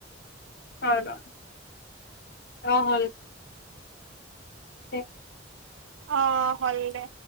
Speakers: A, on the left; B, on the right.
A: অ ৰহ। অ হল। হে।
B: অ হল দে।